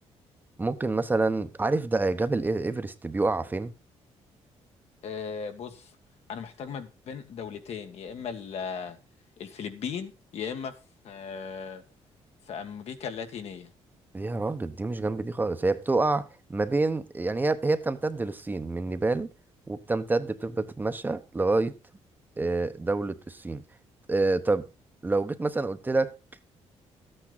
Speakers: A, on the right; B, on the left.
A: ممكن مثلا عارف ده جبل إيه- إيفرست بيقع فين؟
B: آه، بص أنا محتار ما بين دولتين يا إما ال- آه، الفلبين يا إما في آه، في أمريكا اللاتينية
A: يا راجل دي مش جنب دي خالص هي بتقع ما بين يعني هي هي بتمتد للصين من نيبال وبتمتد بتفضل تتمشى لغاية آه، دولة الصين آه، طب لو جيت مثلا قلت لك